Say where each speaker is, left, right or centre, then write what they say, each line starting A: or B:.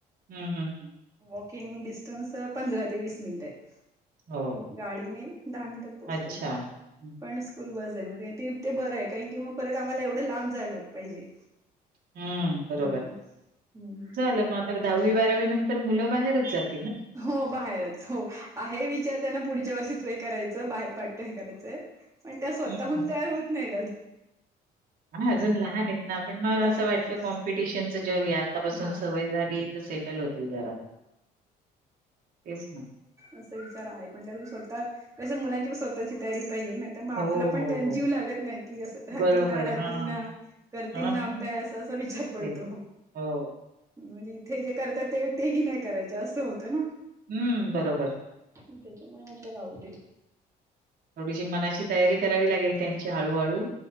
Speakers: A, on the right; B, on the right.
A: हम् हम् हं
B: वॉकिंग डिस्टन्स पंधरा ते वीस मिनिट आहे
A: हो.
B: गाडीने दहा मिनिटात पोहोचतो
A: अच्छा. हं,
B: पण स्कूल बस आहे म ते बरं आहे कारण की मग परत आम्हाला एवढं लांब जायलाग पाहिजे
A: हम्म बरोबर
B: हम्म हम्म
A: झालं म तरग दहावी बारावी नंतर मुलं बाहेरच जात
B: हो बाहेरच हो आहे विचार त्यांना पुढच्या वर्षी तू हे करायचं बाहेर पाडत हे करायचंय पण त्या स्वतःहून
A: हं, हं.
B: तयार होत नाही
A: ह अजून लहान आहेतेत ना आपण मला
B: लहान
A: असं वाटतं
B: आहेत
A: कॉम्पिटिशनचं जग आहे आतापासून
B: हा
A: सवय झाली सेटल होतील जरा तेच ना.
B: अस विचार आहे पण त्या स्वतः कस मुलांची पण स्वतःची तयारी पाहिजे ना तर मग आपलं
A: हो,
B: पण
A: हो,
B: त्यां
A: हो.
B: जीव लागत नाही कि असं राहतील
A: बरोबर.
B: ना राहतील
A: हां,
B: ना करतील
A: हां,
B: ना अभ्यास असा विचार पडतो
A: तेच. हो
B: म्हणजे इथे जे करतात ते तेही नाही करायच असं होतं ना
A: हम्म बरोबर
B: त्याच्यामुळे म्हटलं राह दे
A: थोडीशी मनाची तयारी करावी लागेल त्यांची हळूहळू